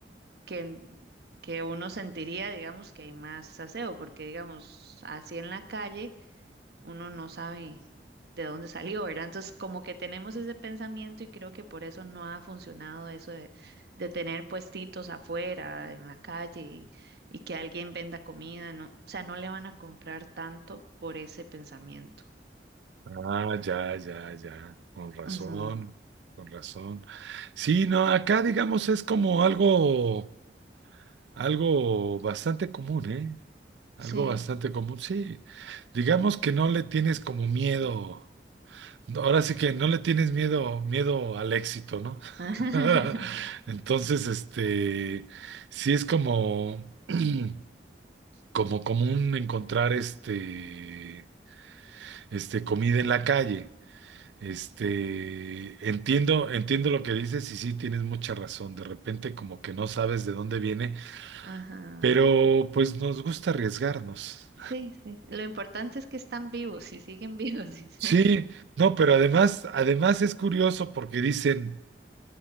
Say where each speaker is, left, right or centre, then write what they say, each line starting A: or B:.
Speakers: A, on the right (about 60°); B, on the right (about 80°).
A: que, que uno sentiría, digamos, que hay más aseo, porque, digamos, así en la calle uno no sabe de dónde <laughs> salió, ¿verdad? Entonces, como que tenemos ese pensamiento y creo que por eso no ha funcionado eso de, de tener puestitos afuera, en la calle y, y que alguien venda comida, no, o sea, no le van a comprar tanto por ese pensamiento.
B: Ah, ya, ya, ya, con razón,
A: Ujú,
B: con razón. Sí, no, acá digamos es como algo, algo bastante común, ¿eh? Algo
A: Sí.
B: bastante común, sí. Digamos que no le tienes como miedo, no, ahora sí que no le tienes miedo, miedo al éxito, ¿no?
A: <laughs>
B: <laughs> Entonces, este, sí es como, <clears throat> como común encontrar este, este, comida en la calle. Este, entiendo, entiendo lo que dices y sí tienes mucha razón. De repente como que no sabes de dónde viene,
A: Ajá.
B: pero pues nos gusta arriesgarnos.
A: Sí, sí. sí. Lo importante es que están vivos y siguen vivos. dice.
B: Sí, no, pero además, además es curioso porque dicen,